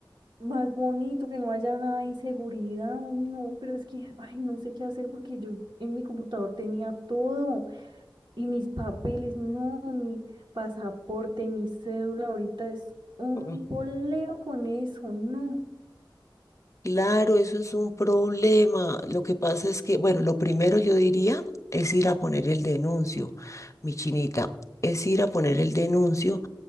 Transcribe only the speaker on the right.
más bonito, que no haya nada de inseguridad. Ay, no, pero es que, ay, no sé qué hacer porque yo en mi computador tenía todo. Y mis papeles, no, mi pasaporte, mi cédula, ahorita es un
poleo con eso, no.